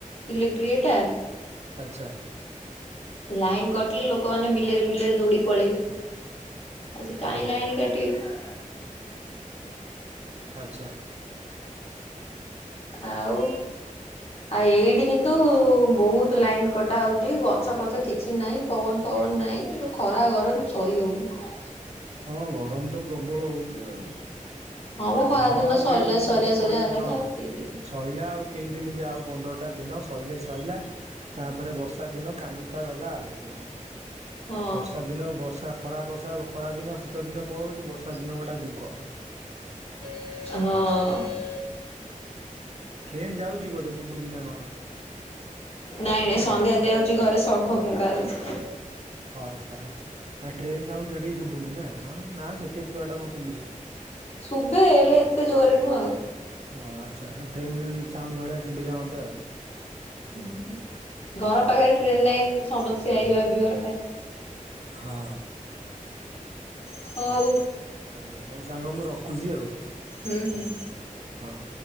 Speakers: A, on the left; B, on the right.
A: ଇଲେକଟ୍ରି ଇଏ ଟା।
B: ଆଛା।
A: ଲାଇନ କଟିଲେ ଲୋକମାନେ ବିଲରେ ବିଲରେ ଦୌଡି ପଳେଇବେ। ଆଉ ସେ କାହିଁ
B: ଓହୋ
A: ଲାଇନ କାଟ କାଟିବେ।
B: ଆଛା।
A: ଆଉ ଆ ଏଇଠି କିନ୍ତୁ ବୋହୁତ ଲାଇନ୍ କଟା ହଉଛି। ଗ ଗଛ ପଛ କିଛି ନାହିଁ ପବନ ଫବନ ନାହିଁ। ଯୋଉ ଖରା ଗରମ ସହି ହଉନି।
B: ହଁ ଗରମ ତ ପ୍ରବଳ ହଉଚି ଆଉ।
A: ମ ଖରା
B: ହଁ
A: ଦିନ
B: ଆଉ
A: ସରିଲା
B: କେଇଦିନି
A: ସରିଆ
B: ହବ ସଇଲା
A: ସରିଆ ହେଲାଣି
B: ହଁ।
A: ଆଉ କେଇ ଦିନି
B: ସଇଲା ଆଉ କେଇଦିନି କି ଆଉ ପନ୍ଦରଟା ଦିନ ସାଇଲେ ସଇଲା। ତାପରେ ବର୍ଷା ଦିନ କାନ୍ଦୁଥା ଗଲା ଆଉ କଣ।
A: ହଁ
B: ବର୍ଷା ଦିନ ବର୍ଷା ଖରା ବର୍ଷା ଖରା ଦିନ ଶୀତ ଦିନ ପଳଉଛି ବର୍ଷା ଦିନ ଗୋଟା ଯୁଗ।
A: ହଁ।
B: ଟ୍ରେନ ଯାଉଛି ବୋଧେ ଶୁବୁଛି ନା କଣ?
A: ନାଇଁ ନାଇଁ ସନ୍ଧ୍ୟା ଦିଆହଉଛି ଘରେ ସଙ୍ଖ ଫୁଙ୍କା ହଉଛି।
B: ଓ ଆଛା ଆଛା। ଆ ଟ୍ରେନ୍ ସାଉଣ୍ଡ ସେଠିକି ଶୁଭୁନି ନା ନା ସେଠି ଏତେ ବାଟ କଣ ଶୁବିଭ।
A: ଶୁଭେ ହେଲେ ଏତେ ଜୋରରେ ନୁହଁ ଆଉ।
B: ହଁ ଆଛା ଟ୍ରେନ ସାଉଣ୍ଡ ଭଳିଆ ସୁବିଲା ମତେ ଆଉ।
A: ହୁଁ ଘର ପାଖରେ ଟ୍ରେନ୍ ଲାଇନ ସମସ୍ତେ ସେଇଆ ହି ଭାବିବେ ହଠାତ୍।
B: ହଁ।
A: ହଉ।
B: ହଉ ହଉ ସାଙ୍ଗ ମୁଁ ରଖୁଛି ଆଉ।
A: ହୁଁ ହୁଁ।
B: ହଁ।